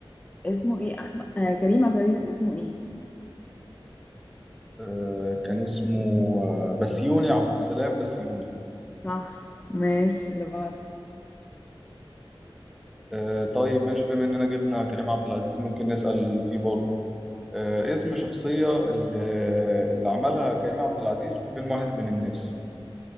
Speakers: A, on the left; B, in the centre.
A: اسمه ايه احمد آه كريم عبد العزيز اسمه ايه
B: آه، كان اسمه آه، بسيوني عبد السلام بسيوني
A: صح ماشي اللي بعده
B: آه، طيب ماشي بما اننا جبنا كريم عبد العزيز ممكن نسأل فيه برضه آه، اسم شخصية اللي, اللي عملها كريم عبد العزيز في فيلم واحد من الناس